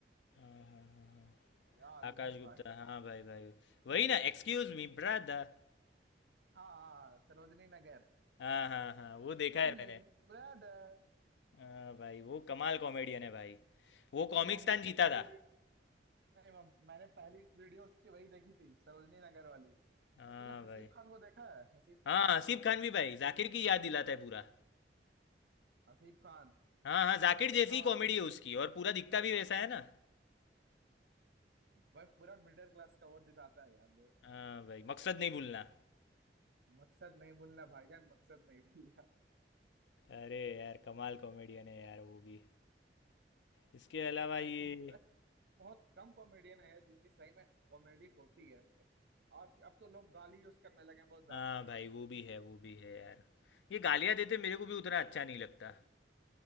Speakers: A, on the left; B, on the right.
A: हाँ हाँ हाँ हाँ हाँ।
B: क्या आदमी
A: आकाश
B: है
A: गुप्ता
B: भाई
A: हाँ भाई भाई वही ना एक्सक्यूज मी ब्रदर
B: हाँ हाँ Sarojini Nagar
A: हाँ हाँ हाँ
B: Excuse
A: वो देखा है मैंने
B: me brother
A: हाँ भाई वो कमाल कॉमेडियन है भाई वो
B: भाई
A: कॉमिक
B: मैंने
A: स्टैन
B: उसकी
A: जीता
B: पहली
A: था
B: वी- नहीं मैं- मैंने पहली वीडियो उसकी वही देखी थी सरोजनी नगर वाली
A: हाँ
B: और तुमने हसीब
A: भाई
B: खान को देखा है हसीब
A: हाँ
B: खान
A: आसिफ खान भी भाई जाकिर की याद दिलाता है पूरा
B: हसीब खान
A: हाँ हाँ जाकिर
B: पाकिस्तान
A: जैसी ही कॉमेडी है उसकी और पूरा दिखता भी वैसा है ना
B: भाई पूरा मिडिल क्लास का वो दिखाता है यार वो
A: हाँ भाई मकसद नहीं भूलना
B: मकसद नहीं भूलना भाईजान मकसद नहीं भूलना
A: अरे यार कमाल कॉमेडियन है यार वो भी इसके अलावा ये
B: लाइक उनके लाइक बहुत कम कॉमेडियन है जिनकी सही में कॉमेडी होती है आज अब तो लोग गाली यूज करने लगे हैं बहुत ज्यादा
A: हाँ भाई वो भी है वो भी है यार ये गालियाँ देते मेरे को भी उतना अच्छा नहीं लगता